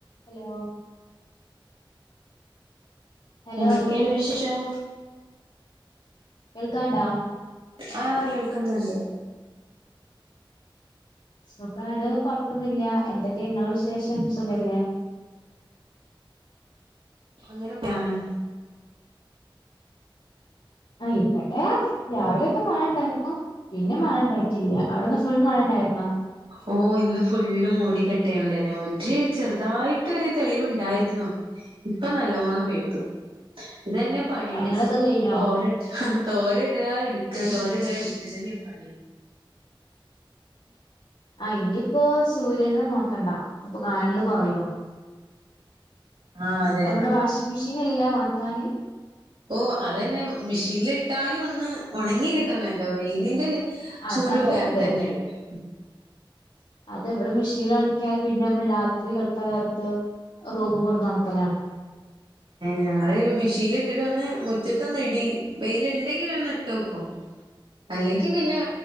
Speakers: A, on the left; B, on the right.
A: Hello hello
B: എന്തക്കെ ഇണ്ട് വിശേഷം
A: കേൾക്കാണ്ടോ
B: ആ കേൾക്കുന്നുണ്ട്
A: നോക്കാടോ കുഴപ്പം ഒന്നുല്ല്യ എന്തൊക്കെ ഇങ്ങളെ വിശേ ഷം സുഖല്ലേ
B: അങ്ങനെ ഒക്കെ ആണ്
A: ഇവടെ രാവിലെ ഒക്കെ മഴണ്ടായിരുന്നു പിന്നേ മഴ ഇണ്ടായിട്ടില്ല അവിടെ ഇന്ന് ഫുൾ മഴ ഉണ്ടായിരുന്നോ
B: ഓ ഇന്ന് ഫുള്ളും മൂഡികെട്ടേനുണ്ടായിരുന്ന ഒര് ചെറുതായിട്ട് ഒര് തെളിവ് ഉണ്ടായിരുന്നു ഇപ്പം നല്ലോണം പെയ്തു ഇതന്നെ പണിസു
A: പണികളൊക്കെ കഴിഞ്ഞോ
B: തോരാ തോര്നിടാ എഡ് <unintelligible> നിപ്പാണെ
A: ആ ഇനിയിപ്പോ സൂര്യനെ നോ കണ്ടാ അപ്പൊ കാണൽ കുറയും
B: ആഹ് അതെ
A: അവിടെ വാഷിംഗ് മെഷീൻ ഇല്ല ഉണക്കാന്
B: ഓ അത് തന്നെ മെഷീനിൽ ഇട്ടാലും ഒന്ന് ഉണങ്ങി കിട്ടണല്ലോ വെയിലിന്റെ
A: അത്
B: ചൂട്
A: അത്ണ്ട്
B: വേറെ തന്നെയാണ്ണൂളെ
A: അത് ഇവിടെ മെഷീൽ ഓണാക്കിയാൽ പിന്നെ നമ്മൾ രാത്രി കിട തളർത്ത് റൂംകൂടെ നടക്കലാണ്
B: ഞങൾ മെഷീനിൽ ഇട്ടിട്ട് ഒന്ന് മുറ്റത്ത് ഒന്ന് ഇടി വെയിൽ ഉണ്ടെങ്കിൽ ഒന്ന് ഇട്ടു നോക്കും. അല്ലെങ്കി പിന്നെ